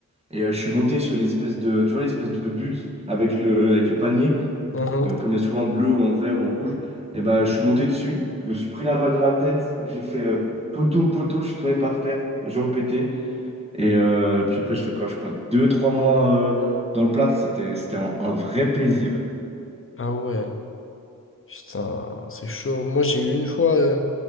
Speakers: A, on the right; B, on the left.
A: Et euh, je suis monté sur l'espèce de, tu vois, l'espèce de but avec le, avec le panier,
B: Mhm.
A: euh, comme il y a souvent en bleu ou en vert ou en rouge. Et ben, je suis monté dessus, je me suis pris la balle dans la tête, j'ai fait euh, poteau, poteau, je suis tombé par terre, jambes pétées. Et euh, puis après, je fais quoi? Je crois deux, trois mois euh, dans le plâtre, c'était, c'était un, un vrai plaisir.
B: Ah ouais. Putain, c'est chaud. Moi, j'ai eu une fois, euh,